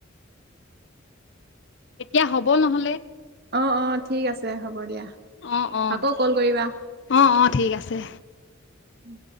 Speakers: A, on the left (about 60°); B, on the right (about 50°).
A: এতিয়া হ'ব নহলে
B: অ', অ', ঠিক আছে হ'ব দিয়া।
A: অ - অ- অ
B: আকৌ কল কৰিবা।
A: - অ ঠিক আছে।
B: উম,